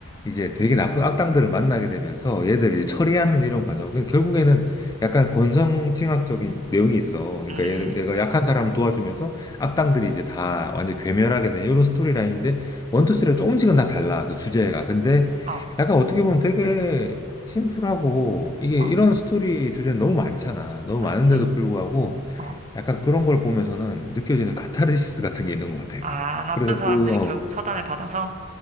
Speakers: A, on the left; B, on the right.
A: 이제 되게 나쁜 악당들을 만나게 되면서 얘들을 이제 처리하는 이런 과정. 그 결국에는 약간 권선징악적인 내용이 있어. 그러니까
B: 음,
A: 얘, 얘가 약한 사람을 도와주면서 악당들이 이제 다 완전 괴멸하게 되는 이런 스토리라인인데 원투쓰리가 조금씩은 다 달라. 그 주제가. 근데
B: 어,
A: 약간 어떻게 보면 되게 심플하고 이게
B: 어,
A: 이런 스토리 주제는 너무 많잖아. 너무
B: 그치,
A: 많은데도 불구하고
B: 어.
A: 약간 그런 걸 보면서는 느껴지는 카타르시스 같은 게 있는 것 같아.
B: 아, 나쁜
A: 그래서
B: 사람들이
A: 그, 어,
B: 결국 처단을 받아서,